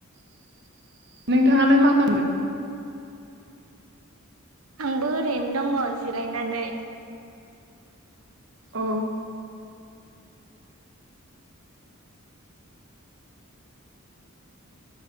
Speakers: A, on the right; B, on the right.
A: <inaudible> नोंथाङालाय मा खामदों?
B: आंबो ओरैनो दङ' जिरायनानै
A: अ